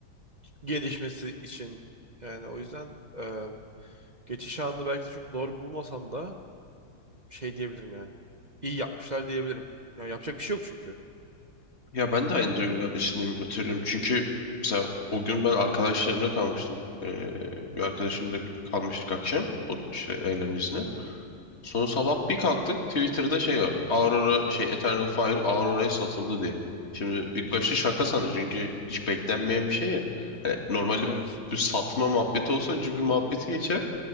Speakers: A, on the right; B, on the left.
A: gelişmesi için. Yani o yüzden e, geçiş anını belki de çok doğru bulmasam da şey diyebilirim yani. İyi yapmışlar diyebilirim. yani yapacak bir şey yok çünkü.
B: Ya ben de aynı duygular içindeyim hatırlıyorum. Çünkü mesela o gün ben arkadaşlarımla kalmıştım. E, bir arkadaşımla kalmıştık akşam o işte eğlencesine.
A: Hı hı.
B: Sonra sabah bir kalktık Twitter'da şey var. Aurora şey Eternal Fire Aurora'ya satıldı diye. Şimdi ilk başta şaka sandı çünkü hiç beklenmeyen bir şey ya. Hani normalde
A: Evet.
B: bir satma muhabbeti olsa önce bir muhabbeti geçer.